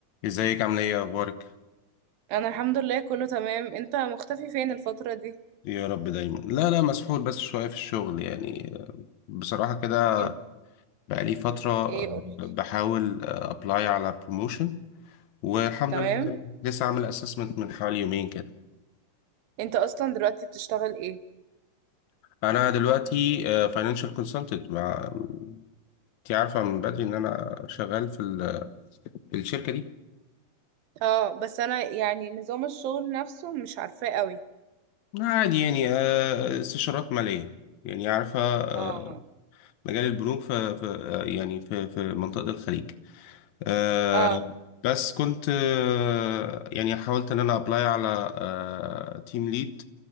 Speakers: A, on the left; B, on the right.
A: ازيك عامل ايه اخبارك
B: انا الحمد لله كله تمام انت مختفي فين الفترة دي
A: يا رب دايما لا لا مسحول بس شويه في الشغل يعني آه، بصراحه كده
B: انت
A: بقالي فتره آه،
B: ايه قولي
A: بحاول ابلاي على بروموشن والحمد
B: تمام
A: لله لسه عامل اسسمنت من حوالي يومين كده
B: انت اصلا دلوقتي بتشتغل ايه
A: انا دلوقتي فاينانشال كونسلتنت مع انت عارفه من بدري ان انا شغال في ال- في الشركه دي
B: اه بس انا يعني نظام الشغل نفسه مش عارفاه قوي
A: عادي يعني آه، استشارات ماليه يعني عارفه آه،
B: اه
A: مجال البنوك في في- آه، يعني في في منطقه الخليج آه
B: اه
A: بس كنت آه يعني حاولت ان انا ابلاي على آه تيم ليد